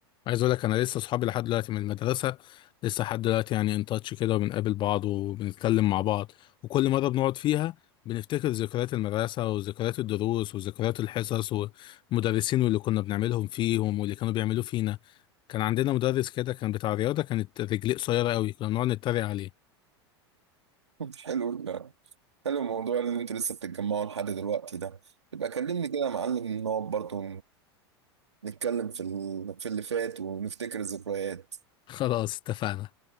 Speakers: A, on the left; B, on the right.
A: عايز اقول لك انا لسه صحابي لحد دلوقتي من المدرسه لسه لحد دلوقتي يعني ان تاتش كده وبنقابل بعض وبنتكلم مع بعض وكل مره بنقعد فيها بنفتكر ذكريات المدرسه وذكريات الدروس وذكريات الحصص والمدرسين واللي كنا بنعملهم فيهم واللي كانوا بيعملوه فينا كان عندنا مدرس كده كان بتاع رياضه كانت رجليه قصيره قوي كنا بنقعد نتريق عليه
B: <laughs> حلو ال- حلو الموضوع اللي انتوا لسه بتتجمعوا لحد دلوقتي ده يبقى كلمني كده يا معلم نقعد برضه نتكلم في ال- في اللي فات ونفتكر الذكريات
A: <laughs> خلاص اتفقنا